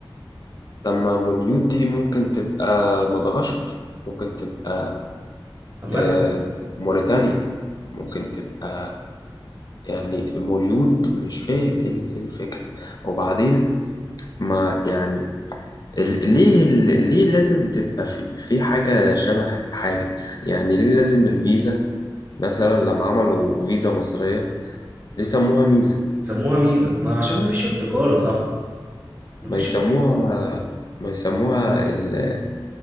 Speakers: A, on the left; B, on the right.
A: طب ما موليود دي ممكن تبقى مدغشقر ممكن تبقى
B: مثلا
A: آه، موريتانيا ممكن تبقى يعني مولود مش فاهم ايه ال- إيه الفكرة وبعدين ما يعني ال- ليه ال- ليه لازم تبقى في, في حاجة شبه حاجة يعني ليه لازم الفيزا مثلا لما عملوا فيزا مصرية ليه سموها ميزة
B: سموها ميزة ما عشان ما فيش ابتكار يا صاحبي ما
A: ما
B: فيش
A: يسموها
B: ابتكار
A: ما يسموها ال-